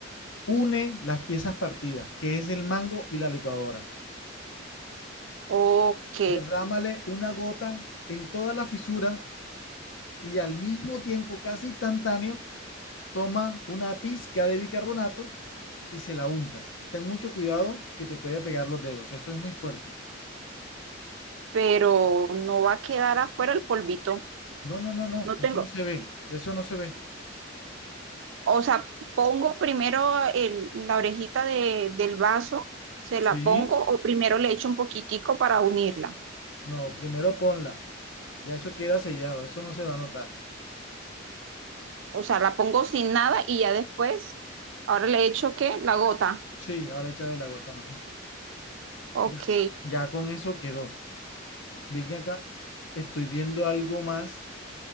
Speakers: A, on the left (about 75°); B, on the right (about 70°).
A: une las piezas partidas, que es el mango y la licuadora.
B: Ok,
A: Derrámale una gota en toda la fisura y al mismo tiempo, casi instantáneo, toma una pizca de bicarbonato y se la untas. Ten mucho cuidado que te puede pegar los dedos, eso es muy fuerte.
B: pero no va a quedar afuera el polvito.
A: No, no, no, no,
B: No tengo,
A: eso no se ve, eso no se ve.
B: o sea, pongo primero el- la orejita de- del vaso, se
A: Sí.
B: la pongo o primero le echo un poquitico para unirla.
A: No, primero ponla, ya eso queda sellado, eso no se va a notar.
B: O sea, la pongo sin nada y ya después, ahora le echo qué, la gota.
A: Sí, ahora échale la gota mágica.
B: Ok,
A: Ya, ya con eso quedó. Ven acá, estoy viendo algo más.